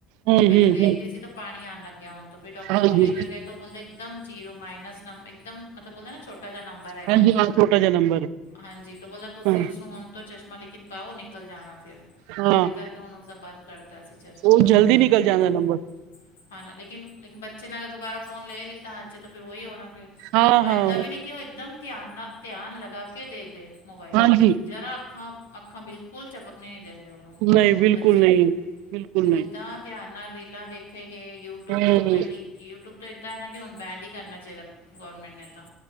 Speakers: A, on the right; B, on the left.
A: ਹੂੰ
B: ਪਹਿਲੇ ਦੇਖਦੀ
A: ਹੂੰ
B: ਸੀ ਤਾਂ ਪਾਣੀ ਆਣ ਲੱਗਿਆ ਹੁਣ। ਤੋਂ ਫਿਰ ਡਾਕਟਰ
A: ਹਾਂਜੀ
B: ਕੋ ਲੈ ਕੇ ਗਏ ਤੋਂ ਉਹ ਬੋਲਦੇ ਇੱਕਦਮ ਜੀਰੋ ਮਾਈਨ ਨਮ ਇੱਕਦਮ ਮਤਲਬ ਬੋਲਦੇ ਨਾ ਛੋਟਾ ਜਹ ਨੰਬਰ ਹੈਗਾ।
A: ਹਾਂਜੀ ਹਾਂ ਛੋਟਾ ਜਾ ਨੰਬਰ
B: ਹਾਂਜੀ, ਤੋ ਬੋਲ ਤੁਸੀਂ
A: ਹਾਂ
B: ਉਸਨੂੰ ਹੁਣ ਤੋਂ ਚਸ਼ਮਾ ਲੇਕਿਨ ਪਾਓ। ਨਿਕਲ ਜਾਣਾ ਫਿਰ।
A: ਹਾਂ
B: ਤੋਂ ਉਹਦੇ ਕਰਕੇ ਹੁਣ ਉਸਦਾ ਬੰਦ ਕਰਤਾ ਸੀ ਚਸ਼ਮਾ
A: ਉਹ ਜਲਦੀ
B: ਬਿਲਕੁਲ।
A: ਨਿਕਲ ਜਾਂਦਾ
B: ਹਾਂ ਨਹੀਂ
A: ਨੰਬਰ
B: ਹਾਂ ਨਾ ਲੇਕਿਨ। ਲੇਕਿਨ ਬੱਚੇ ਨੇ ਅਗਰ ਦੁਬਾਰਾ ਫੋਨ ਲੈ ਲੀਤਾ ਅੱਚੇ 'ਤੇ ਫਿਰ ਉਹੀ ਹੋਣਾ ਫਿਰ
A: ਹਾਂ
B: ਔਰ
A: ਹਾਂ
B: ਏਦਾਂ ਵੀ ਨਹੀਂਂ ਇੱਕਦਮ ਧਿਆਨ ਨਾਲ ਧਿਆਨ ਲਗਾ ਕੇ ਦੇਖਦੇ ਮੋਬਾਇਲ।
A: ਹਾਂਜੀ
B: ਜ਼ਰਾ ਅੱਖਾਂ ਅੱਖਾਂ ਬਿਲਕੁਲ ਚਪਕਣੇ ਨਹੀਂ ਦਿੰਦੇ ਉਹਨੂੰ
A: ਨਹੀਂ ਬਿਲਕੁਲ
B: ਬੱਚੇ
A: ਨਹੀਂ
B: ਮੈਂ
A: ਬਿਲਕੁਲ
B: ਉਹ
A: ਨਹੀਂ
B: ਇੱਦਾਂ ਧਿਆਨ ਨਾਲ ਰੀਲਾਂ ਦੇਖੇ ਗਏ। ਯੂਟਿਊਬ
A: ਹੂੰ
B: ਤੋਂ ਪਹਿਲੀ ਯੂਟਿਊਬ ਤੋਂ ਇੱਦਾਂ ਨਾ ਕਿ ਹੁਣ ਬੈਡ ਹੀ ਕਰਨਾ ਚਾਹੀਦਾ ਗੌਰਮੈਂਟ ਨੇ ਤਾਂ।